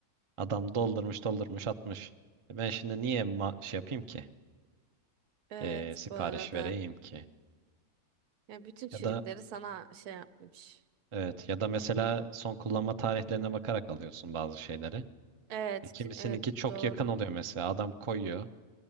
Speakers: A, on the right; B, on the right.
A: Adam doldurmuş, doldurmuş, atmış. E ben şimdi niye ma- şey yapayım ki?
B: evet
A: E, sipariş
B: bu arada.
A: vereyim ki?
B: Ya bütün çürükleri
A: Ya da
B: sana şey yapmış.
A: evet ya da mesela son kullanma tarihlerine bakarak alıyorsun bazı şeyleri.
B: Evet,
A: E, kimisininki
B: ki- evet
A: çok
B: doğru.
A: yakın oluyor mesela. Adam koyuyor